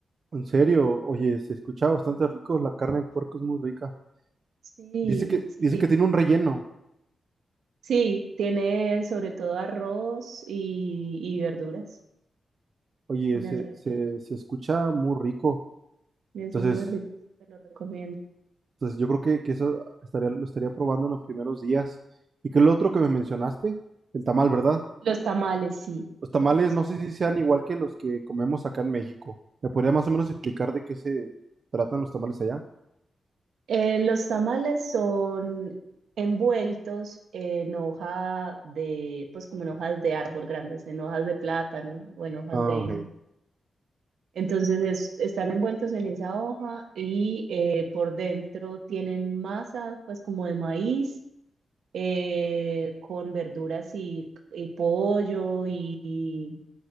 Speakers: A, on the right; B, on the right.
A: En serio, oye, se escucha bastante rico, la carne de puerco es muy rica.
B: Sí,
A: Dice que,
B: sí,
A: dice que tiene un relleno.
B: sí, tiene sobre todo arroz y, y verduras
A: Oye,
B: con
A: se,
B: el relleno.
A: se, se escucha muy rico.
B: Y eso
A: Entonces,
B: es muy rico, te lo recomiendo.
A: entonces yo creo que, que eso estaría, lo estaría probando en los primeros días. ¿Y qué es lo otro que me mencionaste? El tamal, ¿verdad?
B: Los tamales, sí,
A: Los tamales
B: los
A: no
B: tamales.
A: sé si sean igual que los que comemos acá en México. ¿Me podría más o menos explicar de qué se tratan los tamales allá?
B: Eh, los tamales son envueltos en hoja de, pues como en hojas de árbol grandes, en hojas de plátano o en hojas
A: Ah,
B: de...
A: ok.
B: Entonces es- están envueltos en esa hoja y eh, por dentro tienen masa, pues como de maíz, eh, con verduras y, y pollo y,